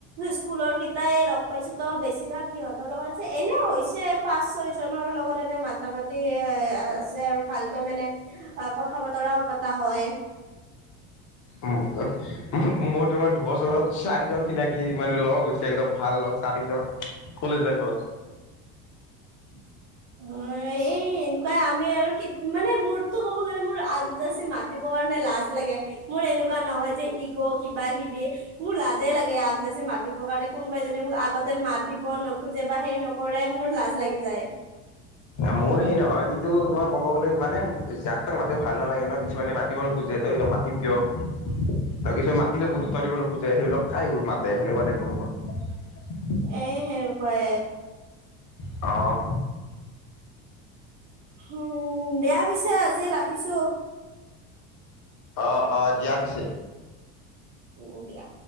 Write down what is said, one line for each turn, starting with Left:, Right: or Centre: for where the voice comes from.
Right: স্কুলৰ কেইটাই লগ পাইছো তো বেছিভাগ সিহঁতৰ লগত আছে এনে হৈছে। পাঁচ ছয়জনৰ লগত এনে মাতা মাটি এ আছে আৰু ভালকৈ মানে ক। কথা বতৰাও পতা হয়।
Left: মোৰ তোমাৰ দুবছৰত চাৰিজন চিনাকি মানে লগ হৈছে, একদম ভাল লগ চাৰি কলেজ লাইট।
Right: <inaudible> অ', এ কাৱা আমি আৰু মানে মোৰতো ক'ব গ'লে মোৰ আগজাচি মাতিবৰ কাৰণে লাজ লাগে মোৰ এনেক এনেকুৱা নহয় যে ইগ' কিবা কিবি মোৰ লাজে লাগে আগজাচি মাতিবৰ কাৰণে কোনোবাই যদি মোক আগত তাতে মাতিব নোখোজে বা হে নকৰে মোৰ লাজ লাগি যায়।
Left: মোৰ সেই নহয় কিন্তু তোমাৰ ক'ব গ'লে মানে জাক তাক মাতিব ভাল নালাগে ন' কিছুমানে মাতিব নুখুজে ত' মাতিম কিয়? ত' কিছু মাতিলে গুৰুত্ব দিব নুখুজে সেই লক কাই মাতে সেনেকুৱা টাইপৰ মোৰ।
Right: এ সেনেকুৱায়ে।
Left: অ'
Right: উম, দিয়া পিছে আজি ৰাখিছো।
Left: অ' অ' দিয়া পিছে।
Right: উম, দিয়া।